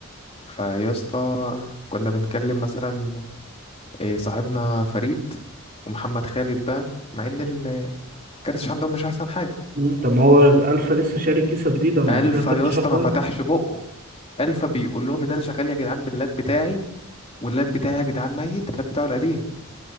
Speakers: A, on the left; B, on the right.
A: فيا اسطى كنا بنتكلم مثلا إيه، صاحبنا فريد ومحمد خالد بقى مع ان ال- كارت الشاشة عندهم مش احسن حاجة
B: مم. طب ما هو الفا لسه شاري كيسه جديده ما
A: الف
B: هو فيها كارت
A: يا
B: شاشه
A: اسطى
B: كويس
A: ما فتحش بقه الفا بيقول لهم ان انا شغال يا جدعان باللاب بتاعي واللاب بتاعي يا جدعان ميت اللاب بتاعه القديم